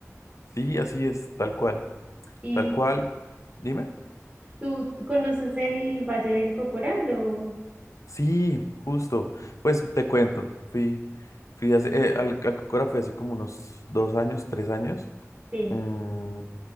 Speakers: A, on the left; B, on the right.
A: Sí, así es, tal cual,
B: ¿Y
A: tal cual. Dime.
B: tú, tú conoces el Valle del Cocora? Lo...
A: Sí, justo. Pues te cuento, fui, fui hace, eh, al, al Cocora fui hace como unos dos años, tres años.
B: Sí.
A: mm,